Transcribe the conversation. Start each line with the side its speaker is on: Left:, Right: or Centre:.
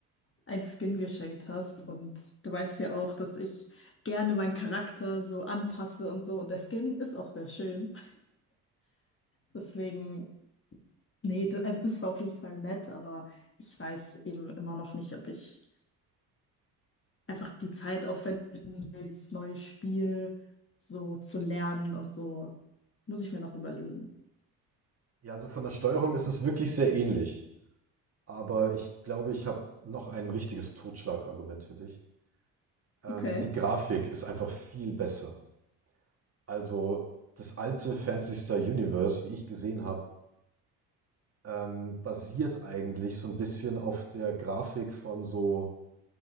Left: ein Skin geschenkt hast. Und du weißt ja auch, dass ich gerne meinen Charakter so anpasse und so. Und der Skin ist auch sehr schön. Deswegen, nee, da- also das war auf jeden Fall nett, aber ich weiß eben immer noch nicht, ob ich einfach die Zeit aufwenden will, dieses neue Spiel so zu lernen und so. Muss ich mir noch überlegen.
Right: Ja, also von der Steuerung ist es wirklich sehr ähnlich, aber ich glaube, ich habe noch ein richtiges Totschlagargument für dich. Ähm,
Left: Okay.
Right: die Grafik ist einfach viel besser. Also, das alte Phantasy Star Universe, wie ich gesehen habe, ähm, basiert eigentlich so ein bisschen auf der Grafik von so,